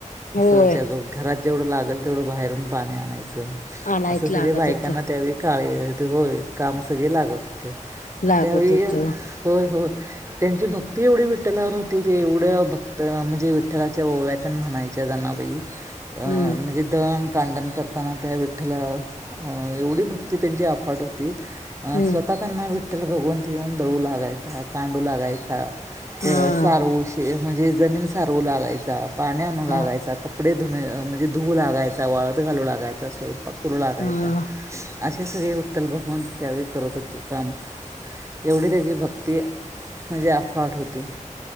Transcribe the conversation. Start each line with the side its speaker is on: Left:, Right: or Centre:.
Right: अस
Left: होय
Right: विचारतात घरात जेवढं लागेल तेवढं बाहेरून पाणी आणायचं
Left: आणायच
Right: असं सगळे
Left: लागत
Right: बायकांना
Left: होत
Right: त्यावेळी काळी होय काम सगळे लागत होत
Left: लागत
Right: त्यावेळी
Left: होत
Right: होय हो हो त्यांची भक्ती एवढी विठ्ठलावर होती ते एवढ्या भक्त म्हणजे विठ्ठलाच्या ओव्यातून म्हणायच्या जनाबाई अ म्हणजे
Left: हम्म
Right: देवान कांडन करताना त्या विठ्ठलावर एवढी भक्ती त्यांची अफाट होती अं
Left: हम्म
Right: स्वतः त्यांना विठ्ठल भगवंत येऊन दळू लागायचा कांडू लागायचा
Left: हा
Right: सारवू श म्हणजे जमीन सारवू लागायचा पाणी आणू लागायचा
Left: हा
Right: कप कपडे धु म्हणजे धुवू लागायचा वाळत घालू लागायचा स्वयंपाक करू लागायचा
Left: हा
Right: असे सगळे विठ्ठल भगवंत त्यावेळी करत हो ते काम एवढी त्याची भक्ती म्हणजे अफाट होते